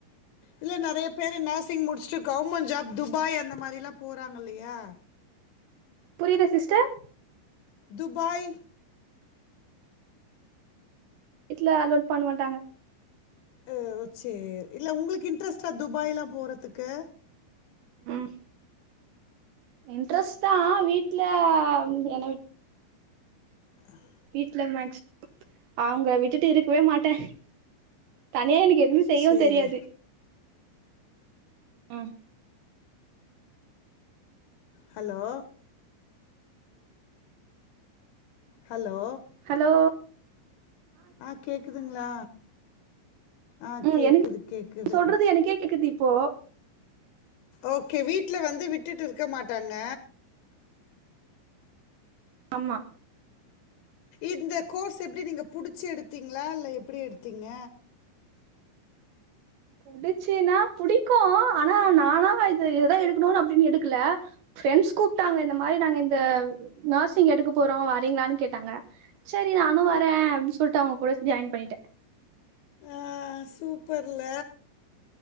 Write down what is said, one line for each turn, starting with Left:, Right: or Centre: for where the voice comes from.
Right: அ
Left: இல்ல நறைய பேரு நசிங் முடிஷ்ட்டு கவ்மெண் ஜாப் துபாய் அந்த மாரிலா போறாங்னில்லையா
Right: புரில சிஸ்டர்
Left: துபாய்
Right: வீட்ல அலோல் பண்ண மாட்டாங்க
Left: அ ஒ சே இல்ல உங்களுக்கு இன்ட்ரெஸ்ட்டா துபாயலா போறத்துக்கு
Right: ம் இன்ட்ரெஸ்ட்தா வீட்ல என
Left: ஆஹ்
Right: கில்ல மேக்ஸ் அவங்க விட்டுட்டு இருக்கவே மாட்டே தனியா எனக்கு எத் மு செய்யவு
Left: சேரி
Right: தெரியாது உ
Left: ஹலோ ஹலோ
Right: ஹலோ
Left: ஆ கேக்குதுங்ளா ஆ
Right: ம்
Left: கேக்குது
Right: எனக்கு
Left: கேக்குது
Right: சொல்றது எனக்கே கேக்குது இப்போ
Left: ஓகே வீட்ல வந்து விட்டுட்டு இருக்க மாட்டாங்க
Right: ஆமா
Left: இந்த கோர்ஸ் எப்டி நீங்க புடுச்சு எடுத்தீங்ளா இல்ல எப்பிடி எடுத்தீங்க
Right: புடுச்சுன்னா புடிக்கூ ஆனா நானா இது இததா எடுக்கணுனு அப்டின் எடுக்கல ஃப்ரெண்ட்ஸ் கூப்ட்டாங்க இந்த மாரி நாங்க இந்த நேர்சிங் எடுக்க போறோ வரீங்களான் கேட்டாங்க செரி நானு வரே அப்டி சொல்ட்டு அவங்க கூட ஜாய்ன் பண்ணிட்ட
Left: ஆ சூப்பர்ல